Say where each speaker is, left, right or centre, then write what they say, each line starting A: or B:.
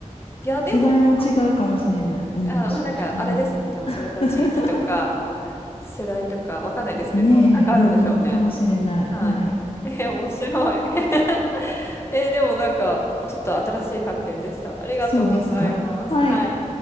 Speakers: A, on the left; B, on the left.
A: いや、でもまあ、
B: 世代も違うかもしれない。うん、
A: あ、
B: もしかしたら。
A: まあなんか、あれですね。
B: <laughs>
A: でも、それから地域とか、世代とか、わかんないですけど、
B: ねえ、
A: なんかあるんでしょうね。
B: うんうん、かもしれない。
A: はい。
B: はい。
A: えー、面白い。<laughs> えー、でもなんか、ちょっと新しい発見でした。ありがとうございます。
B: そうですかはい。
A: はい。